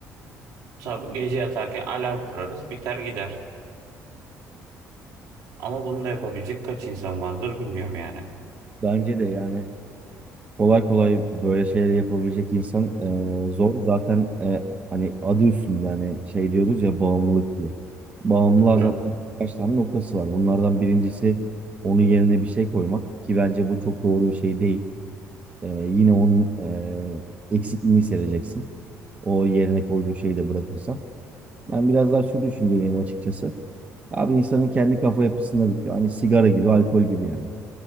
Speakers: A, on the right; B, on the right.
A: Sabah gece yatarken alarm kurarız biter gider. Ama bunu da yapabilecek kaç insan vardır bilmiyorum yani.
B: Bence de yani kolay kolay böyle şeyleri yapabilecek insan e, zor. Zaten e, hani adı üstünde hani şey diyoruz ya bağımlılık diye. Bağımlılığa
A: Hı hı,
B: zaten birkaç tane noktası var. Bunlardan birincisi onun yerine bir şey koymak ki bence bu çok doğru bir şey değil. E, yine onun e, eksikliğini hissedeceksin. O yerine koyduğun şeyi de bırakırsan. Ben biraz daha şu düşünceliyim açıkçası. Abi insanın kendi kafa yapısında bitiyor. Hani sigara gibi, alkol gibi yani.